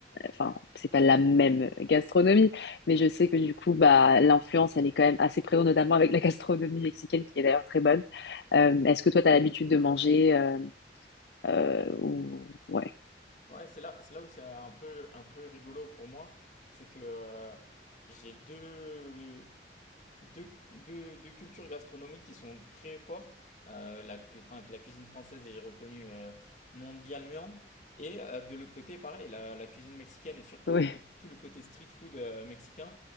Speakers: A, on the left; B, on the left.
A: Enfin, c'est pas la même gastronomie, mais je sais que du coup, bah, l'influence, elle est quand même assez présente, notamment avec la gastronomie mexicaine, qui est d'ailleurs très bonne. Euh, est-ce que toi, t'as l'habitude de manger euh, euh, ou... Ouais.
B: Ouais, c'est là, c'est là où c'est un peu, un peu rigolo pour moi, c'est que euh, j'ai deux, deux, deux- deux cultures gastronomiques qui sont très fortes. Euh, la, cu- enfin, la cuisine française est reconnue euh, mondialement. Et euh, de l'autre côté, pareil, la, la cuisine mexicaine et surtout
A: Oui.
B: le, cô- tout le côté street food euh, mexicain,